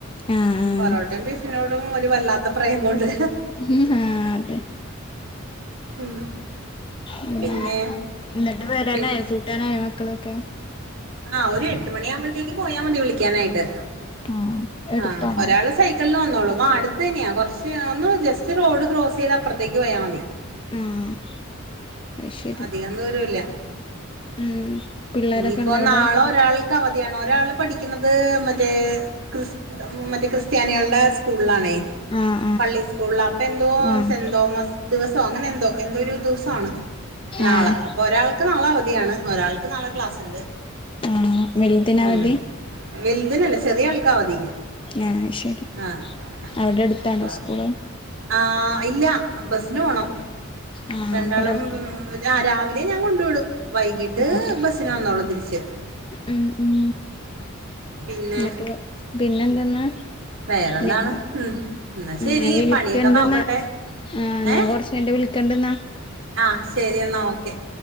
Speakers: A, on the left (about 25°); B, on the right (about 75°).
A: ആഹ് ആഹ്
B: പൊറോട്ടയും ബീഫിനോടും, ഒരു വല്ലാത്ത പ്രേമുണ്ട്.
A: ഉം ആഹ് അതെ
B: ഉം
A: അങ്ങനെ
B: പിന്നെ.
A: എന്നിട്ട് വരാനായോ,
B: പിന്നെ
A: കൂട്ടാ നായോ മക്കളൊ ക്കെ?
B: ആഹ് ഒരു എട്ട് മണിയാവുമ്പോഴ്ത്തേക്ക് പോയാ മതി വിളിക്കാനായിട്ട്
A: ആഹ്. എടുത്താണോ
B: ആഹ് ഒരാള് സൈക്കിൾന് വന്നോളും ആഹ് അട്ത്തന്നെയാ കൊർച്ച് ഒന്ന് ജസ്റ്റ് റോഡ് ക്രോസെയ്താ അപ്പർത്തേക്ക് പോയാ മതി
A: ആഹ് അത് ശരി
B: അധികം ദൂരൂല്ല
A: ഉം പിള്ളേരൊക്കെ
B: ഇഞ്ഞിപ്പോ
A: ഇണ്ട അവിടെ
B: നാള ഒരാൾ. ക്കവധിയാണ് ഒരാള് പഠിക്കുന്നത് മറ്റേ ക്രിസ് മറ്റേ ക്രിസ്ത്യാനികൾടെ സ്കൂൾളാണേ,
A: ആഹ്
B: പള്ളി സ്കൂളിലാ അപ്പെന്തോ
A: ആഹ് ആഹ്
B: സെന്റ് തോമസ് ദിവസോ അങ്ങനെ എന്തോ എന്തോ ഒരു ദിവസാണ് നാള.
A: ആഹ്
B: ഒരാൾക്ക് നാളെ അവധിയാണ് ഒരാൾക്ക് നാളെ ക്ലാസ്ണ്ട്
A: ആഹ് വല്തിനാ
B: ഉം
A: അവധി?
B: വലുതിനല്ല. ചെറിയ ആൾക്കാ അവധി
A: ആഹ് ശരി
B: ആഹ്
A: അവിടെ അടുത്താണോ
B: അപ്പാ
A: സ്കൂള്
B: ആഹ് ഇല്ല ബസ്സിന് പോണം.
A: ആഹ്
B: രണ്ടാളും
A: കൊറെ പോണോ
B: ആഹ് രാവിലെ ഞാൻ കൊണ്ടു വിടും, വൈകീട്ട്
A: ആഹ്
B: ബസ്സിന് വന്നോളും തിരിച്ച്.
A: ഉം ഉം
B: പിന്നെ
A: ന്നട്ട് പിന്നെ എന്തെന്നാ
B: വേറെന്താണ്
A: നിങ്ങള്
B: ഉം എന്നാ ശരി
A: ഞാൻ വിളിക്കണ്ട്
B: പണിയൊക്കെ നോക്കട്ടെ
A: ന്നാ ആഹ്, എന്നാ
B: ഏ
A: കൊറച് കയിഞ്ഞിട്ട് വിളിക്കണ്ട് ന്നാ.
B: ആഹ് ശരി എന്നാ ഓക്കെ.